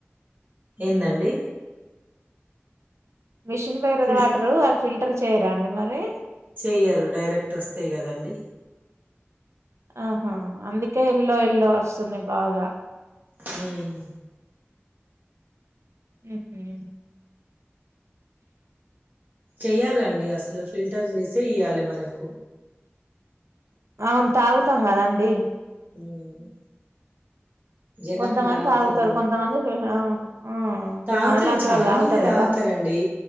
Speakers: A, on the right; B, on the right.
A: ఏందండి
B: మిషిన్ భగీరథ
A: ఫిష్
B: వాటరు అద్ ఫిల్టర్ చేయరాండి మరి
A: చెయ్యరు డైరెక్ట్ వస్తయ్ గదండి
B: ఆహా అందుకే ఎల్లో ఎల్లో వస్తున్నయి బాగా
A: హుమ్
B: ఉహూ
A: చెయ్యాలండి అసలు ఫిల్టర్ చజేసే ఇయ్యాలె మనకు
B: ఔన్ తాగుతం గదండి
A: ఉమ్ జనాల్
B: కొంతమంది
A: దాగుతరు
B: తాగుతారు కొంతమంది ఫి- ఆ ఆ ఇప్పుడు
A: తాగుతరు
B: మనలాంటి
A: చాలా
B: వాళ్ళు తాగుతారు
A: మంది తాగుతరండి
B: కదా